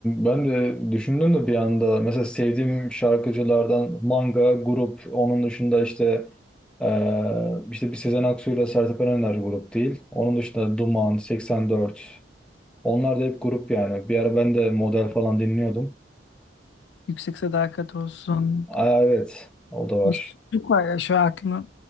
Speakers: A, in the centre; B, on the left.
A: ben de düşündüm de bir anda mesela sevdiğim şarkıcılardan Manga, grup onun dışında işte eee, işte bir Sezen Aksu ile Sertab Erener grup değil. Onun dışında Duman, 84 Onlar da hep grup yani. Bir ara ben de model falan dinliyordum.
B: Yüksek Sadakat olsun.
A: Aa, evet o da var.
B: Bir sürü çok var ya şu an aklıma